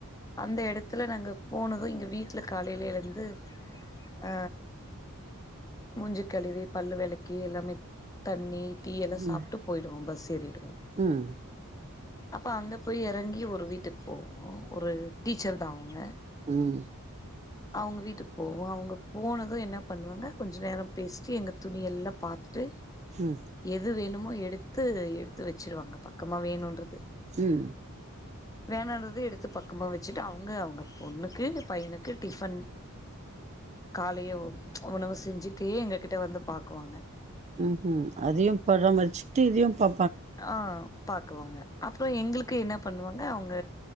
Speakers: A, on the left; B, on the right.
A: அந்த இடத்துல நாங்கள் போனதும் எங்க வீட்டில் காலையிலேந்து ஹ மூஞ்சு கழுவி பல்லு விளக்கி எல்லாமே தண்ணி டீயெல்லாம்
B: ம்
A: சாப்பிட்டு போயிடுவோம் பஸ் ஏறிடுவோம்
B: ம்
A: அப்ப அங்க போய் இறங்கி ஒரு வீட்டுக்கு போவோம் ஒரு டீச்சர் தா அவங்க
B: உஹம்
A: அவங்க வீட்டுக்கு போவோம் அவங்க போனதும் என்ன பண்ணுவாங்க கொஞ்சம் நேரம் பேசிட்டு எங்க துணிய எல்லாம் பாத்துட்டு
B: ம்
A: எது வேணுமோ எடுத்து எடுத்து வச்சுடுவாங்க பக்கமா வேணுன்றது
B: உம்
A: வேணாண்ட்ரது எடுத் த்து பக்கமா வச்சுட்டு அவங்க அவங்க பொண்ணுக்கு பையனுக்கு டிஃபன் காலைய உணவு செஞ்சுட்டே எங்க கிட்ட வந்து பாக்குவாங்க
B: உம் உஹம் அதையும் பராமரிச்சுக்கிட்டு இதையும் பா
A: ஆஹ் பாக்குவாங்க அப்றம் எங்களுக்கு க்கு என்ன பண்ணுவாங்க அவங்க